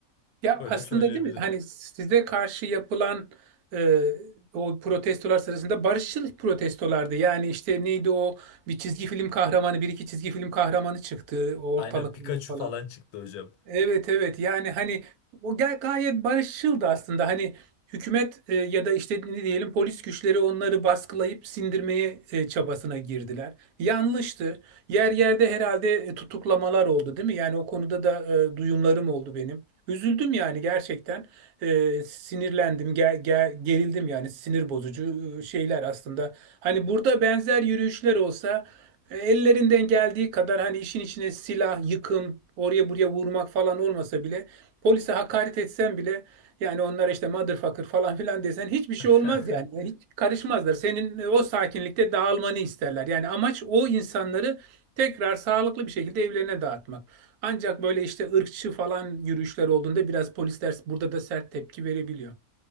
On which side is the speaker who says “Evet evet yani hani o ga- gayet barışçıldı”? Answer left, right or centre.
Right